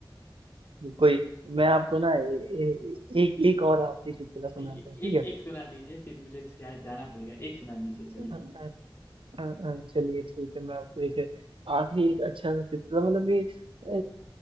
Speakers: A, on the right (about 85°); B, on the left (about 25°).
A: कोई मैं आपको ना ए, ए, एक एक और आखिरी चुटकुला सुनाता
B: ठीक है
A: हूँ ठीक
B: एक
A: है
B: एक सुना दीजिए फिर मुझे शायद जाना पड़ेगा एक सुना दीजिए चलिए
A: अ, अ, अ, अ, चलिए ठीक है मैं आपको एक आखिरी एक अच्छा सा चुटकुला मतलब ये अ,